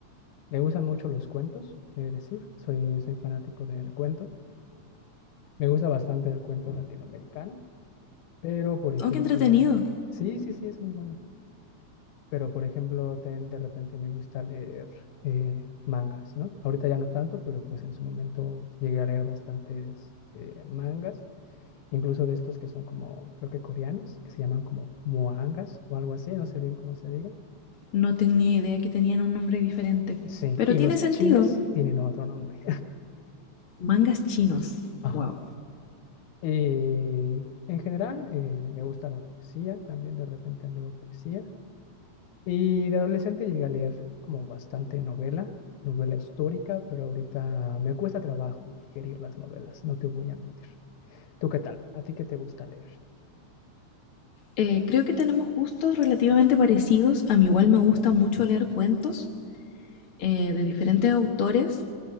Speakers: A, on the left (about 85°); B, on the left (about 50°).
A: me gustan mucho los cuentos, es decir, soy, soy fanático del cuento. Me gusta bastante el cuento latinoamericano, pero por ejemplo,
B: Aunque entretenido.
A: sí, sí, sí, es muy bueno. Pero, por ejemplo, ten de repente me gusta leer eh, mangas, ¿no? Ahorita ya no tanto, pero pues en su momento llegué a leer bastantes eh, mangas, incluso de estos que son como, creo que coreanos, que se llaman como moangas o algo así, no sé bien cómo se diga.
B: No tenía idea que tenían un nombre diferente.
A: Sí,
B: Pero
A: y
B: tiene
A: los
B: sentido.
A: chinos tienen otro nombre.
B: Mangas chinos.
A: <laughs> Ajá.
B: Wow.
A: Y en general, eh, me gusta la poesía, también de repente leo poesía. Y de adolescente llegué a leer como bastante novela, novela histórica, pero ahorita me cuesta trabajo digerir las novelas, no te voy a mentir. ¿Tú qué tal? ¿A ti qué te gusta leer?
B: Eh, creo que tenemos gustos relativamente parecidos. A mí igual me gusta mucho leer cuentos eh, de diferentes autores.